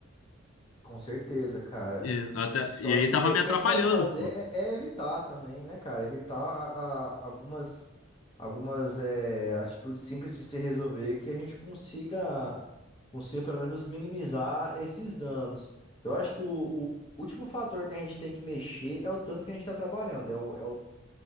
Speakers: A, on the left; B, on the left.
A: com certeza, cara.
B: E, até,
A: Só
B: e aí
A: que
B: tava
A: o que,
B: me
A: o que
B: atrapalhando,
A: a gente pode fazer
B: pô.
A: é, é evitar também, né, cara? Evitar a- a- algumas, algumas é, atitudes simples de se resolver que a gente consiga, consiga pelo menos minimizar esses danos. Eu acho que o, o último fator que a gente tem que mexer é o tanto que a gente está trabalhando. É o, é o,